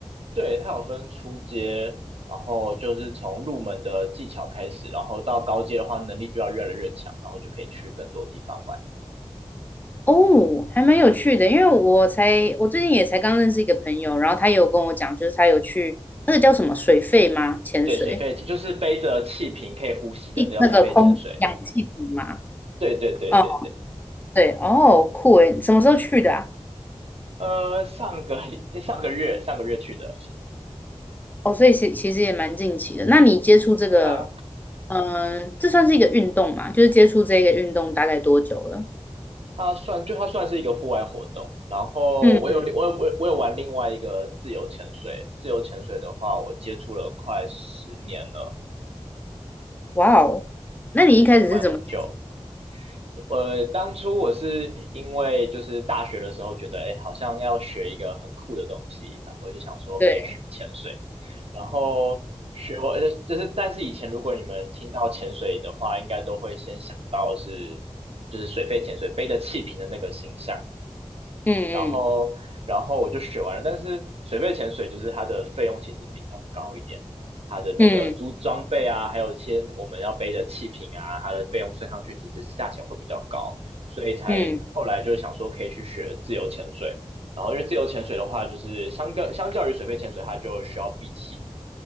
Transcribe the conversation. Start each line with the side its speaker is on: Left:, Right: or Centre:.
Right: 对，它有分初阶，然后就是从入门的技巧开始，然后到高阶的话，能力就要越来越强，然后就可以去更多地方玩。
Left: 哦，还蛮有趣的，因为我才我最近也才刚认识一个朋友，然后他也有跟我讲，就是他有去那个叫什么水肺吗？潜水，
Right: 对，水肺就是背着气瓶可以呼吸的，那叫水肺潜水。
Left: 那个空氧气瓶嘛。
Right: 对对对对对，
Left: 哦，对，哦，酷诶，什么时候去的啊？
Right: 呃，上个礼上个月上个月去的。
Left: 哦，所以其其实也蛮近期的。那你接触这个，
Right: 对啊，
Left: 呃，这算是一个运动嘛？就是接触这个运动大概多久了？
Right: 它算就它算是一个户外活动，然后我有我有我有我有玩另外一个自由潜水，
Left: 嗯，嗯
Right: 自由潜水的话，我接触了快十年了，
Left: 哇哦，那你一开始是怎么接触
Right: 对，所以玩很久。呃，当初我是因为就是大学的时候觉得，哎，好像要学一个很酷的东西，然后就想说可以学潜水，
Left: 对，
Right: 然后学我就就是，但是以前如果你们听到潜水的话，应该都会先想到是就是水肺潜水背着气瓶的那个形象。
Left: 嗯
Right: 然后然后我就学完了，但是水肺潜水就是它的费用其实比较高一点，它的那个租装备啊，
Left: 嗯
Right: 还有一些我们要背的气瓶啊，它的费用算上去其实价钱会比较高，所以才后来就想说可以去学自由潜水。
Left: 嗯嗯
Right: 然后因为自由潜水的话，就是相较相较于水肺潜水，它就需要闭气，